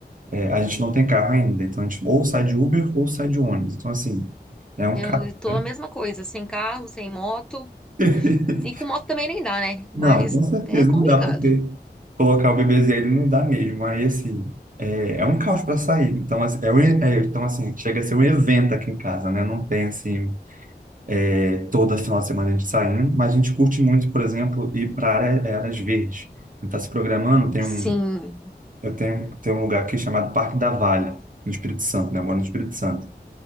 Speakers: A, on the right; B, in the centre.
A: é, a gente não tem carro ainda, então a gente ou sai de Uber ou sai de ônibus, então assim, é um
B: Eu
A: carro,
B: tô
A: né?
B: a mesma coisa, sem carro, sem moto.
A: <laughs>
B: E com moto também nem dá, né? Mas
A: Não, com certeza,
B: é complicado.
A: não dá porque colocar o bebezinho ele não dá mesmo. Aí, assim, é, é um caos para sair. Então, assim, é um, e- é, então, assim, chega a ser um evento aqui em casa, né? Não tem, assim, é, toda final de semana a gente saindo, mas a gente curte muito, por exemplo, ir para área, é, áreas verdes. A gente tá se programando, tem
B: Sim,
A: um, eu tenho, tem um lugar aqui chamado Parque da Valha, no Espírito Santo, né? Eu moro no Espírito Santo.